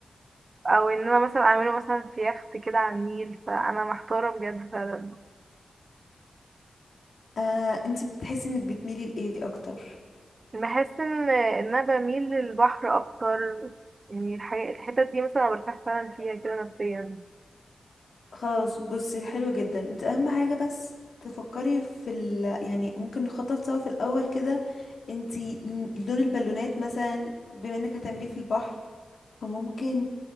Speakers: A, on the right; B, on the left.
A: او ان انا مثلا اعمله مثلا في يخت كده على النيل فانا محتاره بجد فعلا
B: آه انت بتحسي انك بتميلي لايه اكتر
A: بحس ان ان انا بميل للبحر اكتر يعني الحي- الحتت دي مثلا أنا برتاح فعلا فيها كده نفسيا
B: خلاص بصي حلو جدا انت اهم حاجه بس تفكري في ال يعني ممكن نخطط سوا في الاول كده انتي لون البالونات مثلا بما انك هتعمليه في البحر فممكن